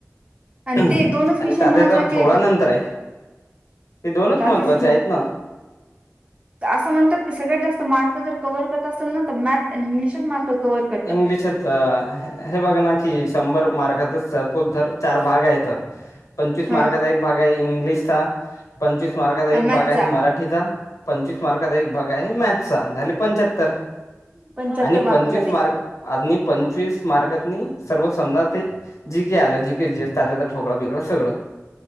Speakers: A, on the right; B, on the left.
A: आणि
B: ह
A: ते दोनच
B: आणि
A: विषय
B: तचाचा
A: महत्त्वाचे
B: ठोवळा नंतर आहे ते दोनच
A: त्यातच
B: महत्त्वाचे
A: ठोक
B: आहेत ना.
A: असं म्हणतात की सगळ्यात जास्त मार्क जर कव्ह करत असेल ना तर मॅथ आणि इंग्लिशच मार्क कव्हर करतात
B: इंग्लिश ह तर हे बघा ना की शंभर मार्गातच सपूप जर चार भाग आहेत तर पंचवीस
A: हा
B: मार्काचा एक भाग आहे इंग्लिशचा पंचवीस मार्काचा
A: आणि
B: एक
A: मॅथचा
B: भाग आहे मराठी हिचा पंचवीस मार्काचा एक भाग आहे मॅथचा झाले पंच्याहत्तर
A: पंच्याहत्तर
B: आणि पंचवीस
A: झाले
B: मार्क आजनी पंचवीस मारकांतनी सर्व समजा ते जीके आलं जीके जी तात्याच्या ठोकळा बिकड सगळं